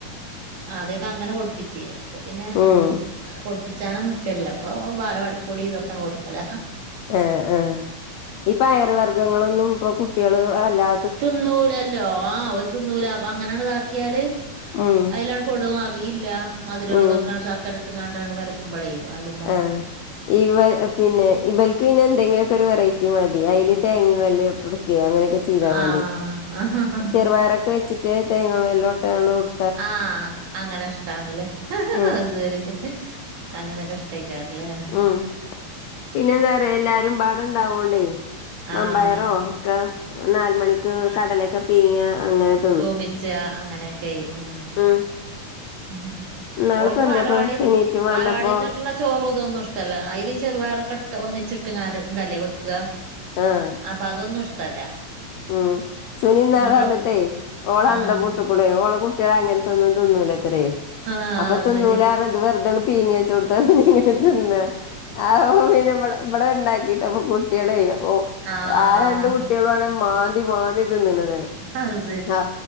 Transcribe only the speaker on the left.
ഉം
ആഹ് ആഹ് ഈ പയറ് വർഗങ്ങളൊന്നും ഇപ്പ കുട്ടികള് അല്ലാ
ഉം
ഉം
ആഹ് ഇവ പിന്നെ ഇവൽ പിന്നെ എന്തെലൊക്കെ ഒരു വെറൈറ്റി മതി അതില് തേങ്ങി വല്ല ഇട്ട്ടുക്കെ അങ്ങനൊക്കെ ചെയ്താ മതി
ചെറുപയാരൊക്കെ വെച്ചിട്ട് തേങ്ങാ മേലോട്ടണ്ട് ഒഡ്
ഉം
ഉം പിന്നെന്താറയാ എല്ലാരും പാടണ്ടാവോണ്ടേ
മമ്പയറോ ഒക്കെ നാല മണിക് കടലക്കെ പീങ്ങ അങ്ങനെക്ക്
ഉം
ഇന്നാളിപ്പോ
എന്തേപ്പ
സുനീറ്റും വന്നപ്പോ
ആഹ്
ഉം സുനിന്നാളെ
വന്നിട്ടേ ഓള
അന്തം പൂട്ട് ഓളെ കുട്ടിയാള് അങ്ങനെ തന്നും തിന്നൂലത്രേ
അപ്പൊ
തിന്നൂലരഞ
ഇത് വെറുതെഅന് പീങ്ങ ചോടുത്താ പിന്ന ഇങ്ങനെ തിന്ന ആ പി ന ഇബ്ടെ ണ്ടാക്കിട്ട്പ്പൊ കുട്ടിആളെ ഓ
ആ രണ്ട കുട്ടികള ആണ് മാന്തി വാന്തി തിന്നണത്
ആ